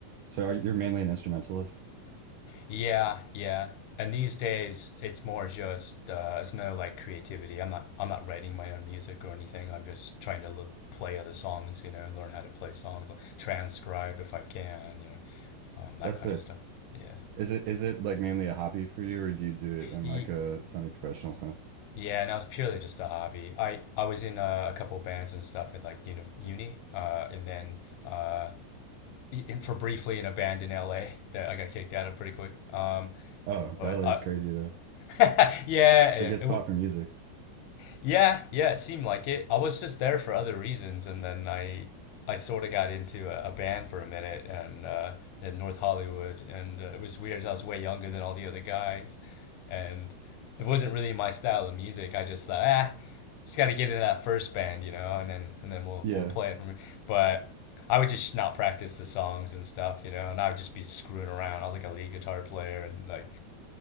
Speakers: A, on the right; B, on the left.
A: So are, you're mainly an instrumentalist?
B: Yeah, yeah. And these days, it's more just uh, it's no like creativity. I'm not I'm not writing my own music or anything. I'm just trying to l play other songs, you know, learn how to play songs, like, transcribe if I can, you know, um, that
A: That's
B: kind
A: it.
B: of stuff. Yeah,
A: Is it is it like mainly a hobby for you, or do you do it in
B: Ye-
A: like a semi-professional sense?
B: yeah. And that was purely just a hobby. I I was in uh, a couple bands and stuff at like uni, uni uh, and then uh, in for briefly in a band in LA that I got kicked out of pretty quick. Um,
A: Oh,
B: but
A: LA
B: I,
A: is crazy though. It's
B: <laughs> yeah,
A: a good
B: yeah.
A: spot for music.
B: Yeah, yeah, it seemed like it. I was just there for other reasons, and then I I sort of got into a, a band for a minute, and uh, in North Hollywood, and uh, it was weird. 'cause I was way younger than all the other guys, and it wasn't really my style of music. I just thought, ah, just got to get into that first band, you know, and then and then we'll
A: Yeah.
B: we'll play it. From, but I would just not practice the songs and stuff, you know, and I would just be screwing around. I was like a lead guitar player and like